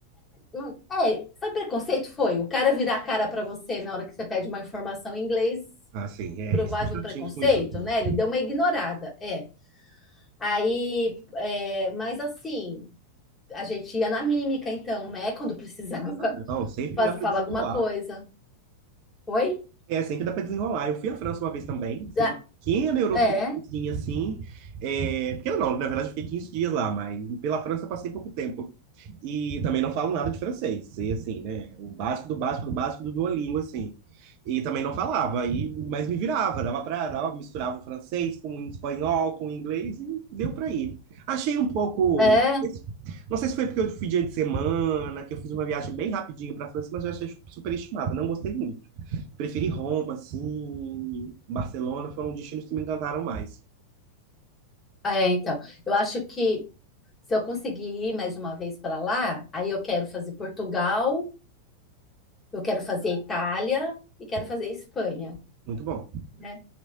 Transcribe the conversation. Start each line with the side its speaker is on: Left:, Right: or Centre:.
Left: Hum, É, foi preconceito? Foi. O cara virar a cara para você na hora que você pede uma informação em inglês,
Right: Assim, é,
Left: provável
Right: eles são chatinhos
Left: preconceito,
Right: com isso mesmo.
Left: né? Ele deu uma ignorada, é. Aí, é, mas assim, a gente ia na mímica, então, né? Quando precisava <laughs>
Right: Ah, não, sempre
Left: fazer,
Right: dá pra
Left: falar
Right: desenrolar.
Left: alguma coisa. Oi?
Right: É, sempre dá para desenrolar. Eu fui à França uma vez também, fiz
Left: Ah,
Right: uma pequena Eurotripzinha
Left: É,
Right: assim. É, pequena não, na verdade eu fiquei 15 dias lá, mas pela França eu passei pouco tempo. E também não falo nada de francês, e assim, né? O básico do básico do básico do Duolingo, assim. E também não falava, e, mas me virava, dava pra, dava, misturava o francês com o espanhol, com o inglês, e deu pra ir. Achei um pouco.
Left: é,
Right: Não sei se foi porque eu fui dia de semana, que eu fiz uma viagem bem rapidinho pra França, mas eu achei super estimada, não gostei muito preferi Roma, assim, Barcelona, foram destinos que me encantaram mais.
Left: é, então. Eu acho que Se eu conseguir ir mais uma vez para lá, aí eu quero fazer Portugal, eu quero fazer Itália e quero
Right: Show.
Left: fazer Espanha,
Right: Muito bom.
Left: né?